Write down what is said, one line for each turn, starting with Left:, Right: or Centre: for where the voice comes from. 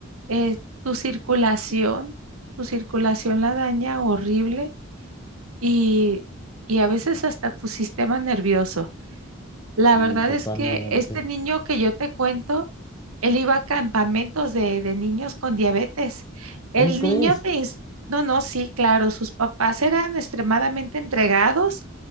Right: eh, tu circulación. Tu circulación la daña horrible y, y a veces hasta tu sistema nervioso. La
Left: Sí,
Right: verdad
Left: totalmente.
Right: es que este niño que yo te cuento Él iba a campamentos de, de niños con diabetes.
Left: ¿Cómo
Right: El
Left: crees?
Right: niño te... ins- No, no, sí, claro, sus papás eran extremadamente entregados.